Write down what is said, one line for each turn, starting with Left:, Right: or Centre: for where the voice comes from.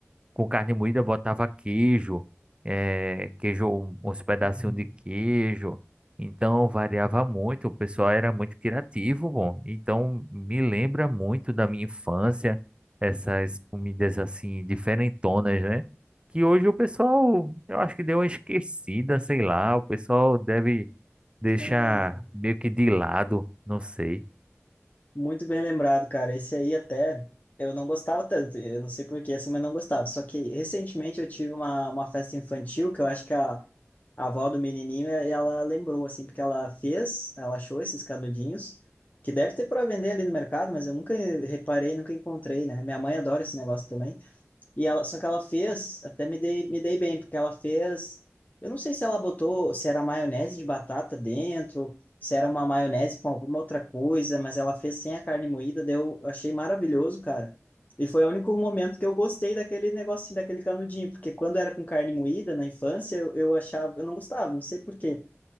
Right: com carne moída, botava queijo, eh, queijo, uns pedacinhos
Left: Uhum.
Right: de queijo. Então variava muito, o pessoal era muito criativo, bom. Então me lembra muito da minha infância, essas comidas assim diferentonas, né? Que hoje o pessoal, eu acho que deu uma esquecida, sei lá, o pessoal deve deixar
Left: Cara.
Right: meio que de lado, não sei.
Left: Muito bem lembrado, cara. Esse aí até eu não gostava tanto, eu não sei por que, assim, mas não gostava. Só que recentemente eu tive uma, uma festa infantil que eu acho que a, a avó do menininho, eh, ela lembrou, assim, porque ela fez, ela achou esses canudinhos, que deve ter para vender ali no mercado, mas eu nunca reparei, nunca encontrei, né? Minha mãe adora esse negócio também. E ela, só que ela fez, até me dei, me dei bem, porque ela fez, eu não sei se ela botou, se era maionese de batata dentro, se era uma maionese com alguma outra coisa, mas ela fez sem a carne moída, daí eu achei maravilhoso, cara. E foi o único momento que eu gostei daquele negocinho, daquele canudinho, porque quando era com carne moída, na infância, eu, eu achava, eu não gostava, não sei por quê